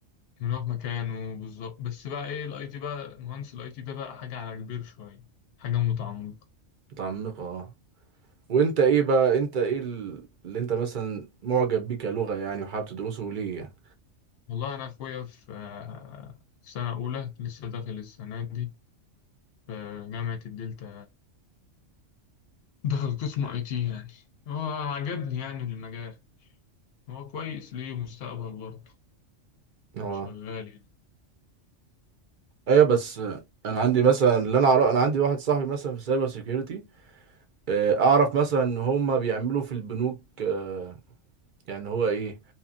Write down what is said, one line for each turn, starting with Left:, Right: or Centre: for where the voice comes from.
Left: من هو في مكانه بالظبط بس بقى ايه الاي تي بقى مهندس الاي تي ده بقى حاجة على كبير شوية حاجة متعمقة
Right: متعمقه اه وانت ايه بقى انت ايه ال- اللي انت مثلا معجب بيه كلغه يعني وحابب تدرسه ليه يعني
Left: والله انا اخويا في آه، في سنة اولى لسه داخل السنة دي في جامعة الدلتا دخل قسم اي تي يعني هو عجبني يعني المجال هو كويس ليه مستقبل برضه
Right: اه
Left: شغال يعني
Right: ايوه بس انا عندي مثلا اللي انا اعرف انا عندي واحد صاحبي مثلا في سايبر سيكيورتي اعرف مثلا ان هم بيعملوا في البنوك آه، يعني هو ايه